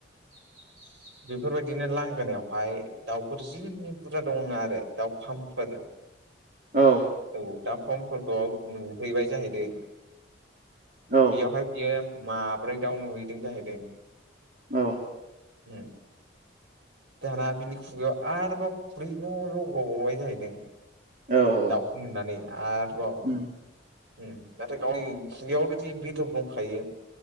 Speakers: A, on the right; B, on the right.
A: <inaudible>
B: बेफोरबायदिनो लांगोनायावहाय दाउफोर जि बुरजा दङ आरो दाउ फाम्पफोर
A: औ
B: औ दा फार्मफोरखौ नुहैबाय जाहैदों
A: औ
B: बेयावहाय बियो माब्रै दाउ नुहैदों जाहैदों
A: औ।
B: ओम। दाना बिनि खुगायाव आरोबाव खुरै न' लगावबावबाय जाहैदों।
A: औ।
B: खौ नुनानै आरोबाव
A: उम
B: नाथाय गावनि खुगायाव जुदि बिदर दंखायो